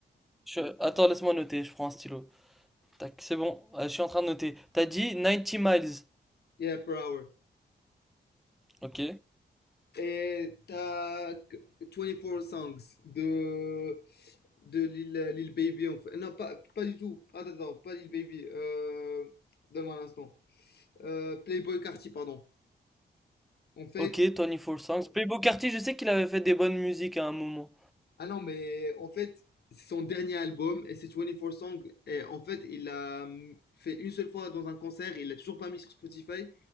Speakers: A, in the centre; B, on the left.
A: Je- Attends, laisse-moi noter, je prends un stylo. Tac, c'est bon, euh, je suis en train de noter. T'as dit Ninety Miles.
B: Yeah, Per Hour.
A: Ok.
B: Et t'as 24 Songs de de Lil, euh, Lil Baby, en fait. Non, pas, pas du tout. Attends, attends, pas Lil Baby. Euh, donne-moi un instant. Euh, Playboy Carti, pardon. En fait,
A: Ok, 24 Songs. Playboi Carti, je sais qu'il avait fait des bonnes musiques à un moment.
B: ah non, mais en fait, c'est son dernier album et c'est 24 Songs. Et en fait, il l'a hum, fait une seule fois dans un concert, il l'a toujours pas mis sur Spotify.